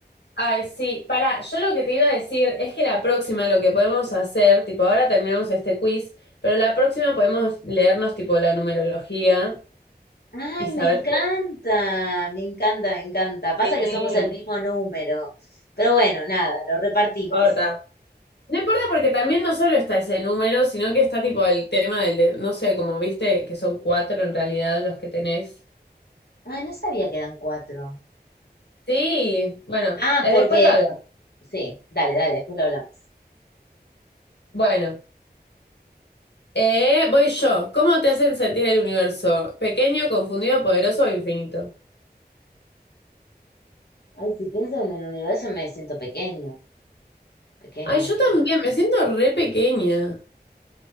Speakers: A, on the left; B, on the left.
A: Ay, sí. Pará, yo lo que te iba a decir es que la próxima lo que podemos hacer, tipo, ahora terminamos este quiz, pero la próxima podemos leernos, tipo, la numerología
B: Ay,
A: y saber
B: me encanta, me encanta, me encanta. Pasa
A: qué.
B: que somos el mismo número. Pero bueno, nada, lo repartimos.
A: importa. No importa porque también no solo está ese número, sino que está tipo el tema del, de- no sé, como viste que son cuatro en realidad los que tenés.
B: Ah, no sabía que eran cuatro.
A: Sí, bueno,
B: Ah,
A: eh,
B: porque
A: después lo hablamos.
B: Sí, dale, dale, después lo hablamos.
A: Bueno, eh, voy yo. ¿Cómo te hacen sentir el universo? ¿Pequeño, confundido, poderoso o infinito?
B: Ay, si pienso en el universo me siento pequeño, pequeño.
A: Ay, yo también, me siento re pequeña.